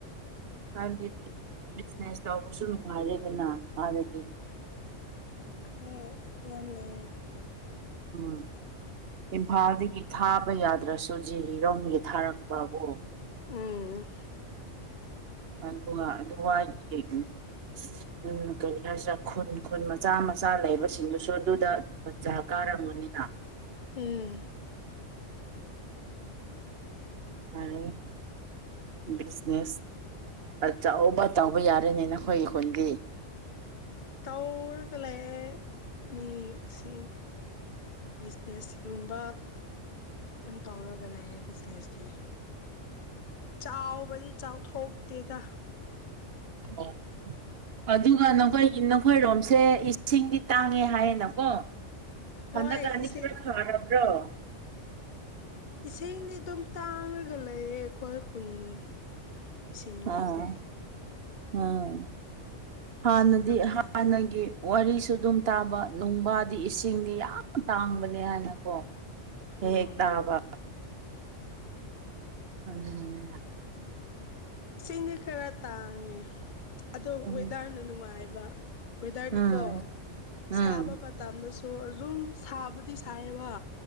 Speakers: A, on the right; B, on the left.
A: ꯍꯥꯏꯕꯗꯤ ꯕꯤꯖꯤꯅꯦꯁ ꯇꯧꯕꯁꯨ ꯅꯨꯡꯉꯥꯏꯔꯦꯗꯅ ꯑꯥꯗꯗꯤ꯫
B: ꯍꯣꯏ ꯌꯥꯝ ꯂꯩꯌꯦ꯫
A: ꯎꯝ꯫ ꯏꯝꯐꯥꯜꯗꯒꯤ ꯊꯥꯕ ꯌꯥꯗ꯭ꯔꯁꯨ ꯖꯤꯔꯤꯔꯣꯝꯗꯒꯤ ꯊꯥꯔꯛꯄꯕꯣ꯫
B: ꯎꯝ꯫
A: ꯑꯗꯨꯒ ꯑꯗꯨ ꯋꯥꯏꯒꯤ ꯎꯝ ꯎꯝ ꯀꯔꯤ ꯍꯥꯏꯁꯤꯔ ꯈꯨꯟ ꯈꯨꯟ ꯃꯆꯥ ꯃꯆꯥ ꯂꯩꯕꯁꯤꯡꯗꯨꯁꯨ ꯑꯗꯨꯗ ꯑꯗꯨꯝ ꯃꯖꯥ ꯀꯥꯔꯝ ꯃꯅꯤꯅ
B: ꯎꯝ
A: ꯍꯥꯏ ꯕꯤꯁꯅꯦꯁ ꯑꯆꯧꯕ ꯇꯧꯕ ꯌꯥꯔꯦꯅꯦ ꯅꯈ ꯈꯣꯏꯒꯤ ꯈꯨꯟꯗꯤ
B: ꯇꯧꯔꯒ ꯂꯩ ꯃꯤꯁꯤꯡ ꯕꯤꯖꯅꯦꯁꯀꯤ ꯀꯨꯝꯕ ꯎꯝ ꯇꯧꯔꯒ ꯂꯩꯌꯦ ꯕꯤꯖꯅꯦꯁꯇꯤ ꯆꯥꯎꯕꯗꯤ ꯆꯥꯎꯊꯣꯛꯇꯦꯗ
A: <inaudible> ꯑꯗꯨꯒ ꯅꯈꯣꯏꯒꯤ ꯅꯈꯣꯏꯔꯣꯝꯁꯦ ꯏꯁꯤꯡꯗꯤ ꯇꯥꯡꯉꯦ ꯍꯥꯏꯌꯦꯅꯀꯣ
B: ꯍꯣꯏ
A: ꯍꯟꯗꯛꯀ ꯑꯅꯤ
B: ꯏꯁꯤꯡ
A: ꯈꯔ ꯐꯔꯕ꯭ꯔꯣ
B: ꯏꯁꯤꯡꯗꯤ ꯑꯗꯨꯝ ꯇꯥꯡꯉꯒ ꯂꯩꯌꯦ ꯑꯈꯣꯏ ꯈꯨꯟꯗꯤ ꯏꯁꯤꯡ ꯂꯩꯇꯦ
A: ꯑꯣ ꯑꯣ ꯍꯥꯟꯅꯗꯤ
B: ꯏꯁꯤꯡ ꯌꯥꯝ
A: ꯍꯥꯟꯅꯒꯤ
B: ꯇꯥꯡ
A: ꯋꯥꯔꯤꯁꯨ ꯑꯗꯨꯝ ꯇꯥꯕ ꯅꯨꯡꯕꯥꯗꯤ ꯏꯁꯤꯡꯗꯤ ꯌꯥꯝ ꯇꯥꯡꯕꯅꯦ ꯍꯥꯏꯅꯀꯣ ꯍꯦꯛ
B: ꯎꯝ
A: ꯍꯦꯛ ꯇꯥꯕ ꯑꯗꯨꯅꯅꯤꯗ
B: ꯁꯤꯡꯗꯤ ꯈꯔ ꯇꯥꯡꯉꯦ ꯑꯗꯣ
A: ꯎꯝ
B: ꯋꯦꯗꯔꯅ ꯅꯨꯡꯉꯥꯏꯕ ꯋꯦꯗꯔꯗꯤꯀꯣ
A: ꯎꯝ ꯎꯝ
B: ꯁꯥꯕ ꯃ ꯇꯝꯗꯁꯨ ꯑꯗꯨꯝ ꯁꯥꯕꯨꯗꯤ ꯁꯥꯏꯌꯦꯕ